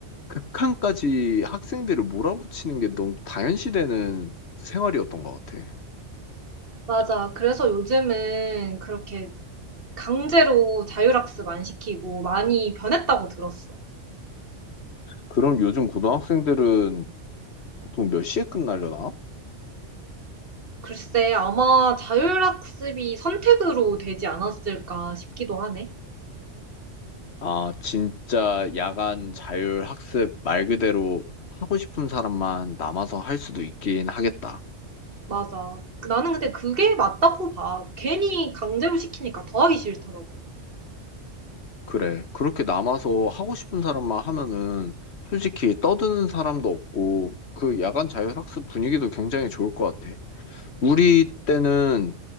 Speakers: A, on the left; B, on the right.
A: 극한까지 학생들을 몰아붙이는 게 너무 당연시되는 생활이었던 것 같아.
B: 맞아. 그래서 요즘은 그렇게 강제로 자율학습 안 시키고 많이 변했다고 들었어.
A: 그럼 요즘 고등학생들은 보통 몇 시에 끝나려나?
B: 글쎄 아마 자율학습이 선택으로 되지 않았을까 싶기도 하네.
A: 아, 진짜 야간 자율학습 말 그대로 하고 싶은 사람만 남아서 할 수도 있긴 하겠다.
B: 맞아. 그 나는 근데 그게 맞다고 봐. 괜히 강제로 시키니까 더 하기 싫더라고.
A: 그래. 그렇게 남아서 하고 싶은 사람만 하면은 솔직히 떠드는 사람도 없고 그 야간 자율학습 분위기도 굉장히 좋을 것 같아. 우리 때는